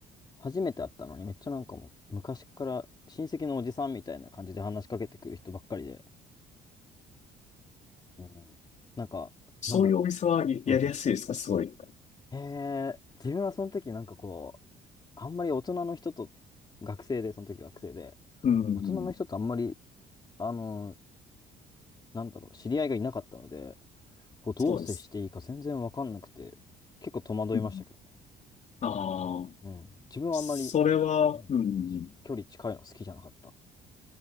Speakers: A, on the left; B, on the left.
A: 初めて会ったのに、めっちゃなんかもう、昔から親戚のおじさんみたいな感じで話しかけてくる人ばっかりで、うんうん、なんか、
B: そういうお店はややりやすいですかすごい。
A: なんだろう。うんへえ、自分はその時なんかこう、あんまり大人の人と、学生で、その時学生で、
B: うん、
A: 大人の人とあんまり、あの、なんだろう、知り合いがいなかったので、こうどう接していいか全然わかんなくて、
B: そうです。
A: 結構戸惑いましたけどね。
B: うん。ああ、
A: うん。自分はあんまり、
B: それは、
A: うんち距離近いの好きじゃなかった。
B: うん。